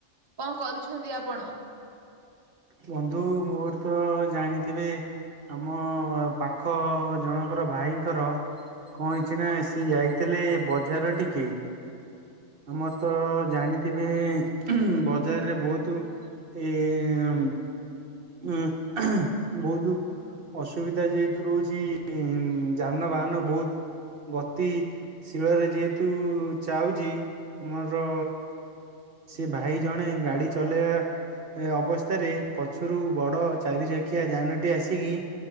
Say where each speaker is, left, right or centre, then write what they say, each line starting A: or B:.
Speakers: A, on the right (about 25°); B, on the right (about 55°).
A: କଣ କରୁଛନ୍ତି ଆପଣ?
B: ବନ୍ଧୁ ମୋର ତ ଜାଣିଥିବେ ଆମ ପାଖ ଜଣଙ୍କର ଭାଇଙ୍କର କଣ ହେଇଛି ନା ସିଏ ଯାଇଥିଲେ ବଜାର ଟିକେ ଆମର ତ ଜାଣିଥିବେ ବଜାରରେ ବହୁତୁ ଏ ଉଁ। ଉଁ ବହୁତୁ ଅସୁବିଧା ଯେହେତୁ ରହୁଛି ଉଁ ଯାନବାହାନ ବହୁତ ଗତି ଶୀଳ ରେ ଯେହେତୁ ଯାଉଚି ଆମର ସେ ଭାଇ ଜଣେ ଗାଡି ଚଲେଇବା ଏ ଅବସ୍ଥାରେ ପଛରୁ ବଡ଼ ଚାରି ଚକିଆ ଯାନଟି ଆସିକି